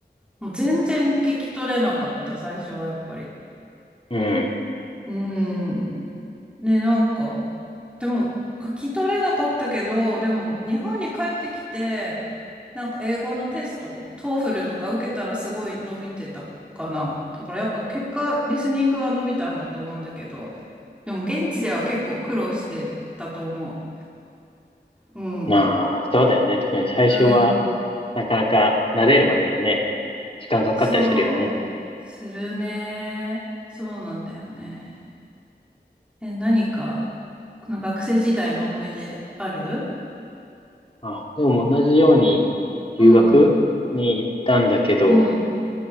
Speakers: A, in the centre; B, on the left.
A: もう全然聞き取れなかった、最初はやっぱり。
B: うん。
A: うーん。ね、なんか、でも、書き取れなかったけど、でも、日本に帰ってきて、なんか英語のテスト、トーフルとか受けたらすごい伸びてたかな。だからやっぱ結果、リスニングは伸びたんだと思うんだけど、でも現地では結構苦労してたと思う。うん。
B: まあ、そうだよね。特に最初は、
A: うん。
B: なかなか慣れるまではね、時間かかったりするよね。
A: そう、するね。そうなんだよね。え、何か、この学生時代の思い出ある
B: あ、でも同じように留学に行ったんだけど、
A: うん。うん、